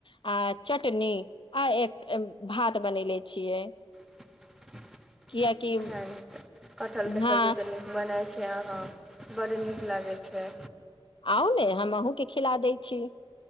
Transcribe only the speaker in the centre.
<unintelligible>
नैय कटहल के
सब्जी तऽ नीक बनल छै आहाँ बड नीक लागै छै।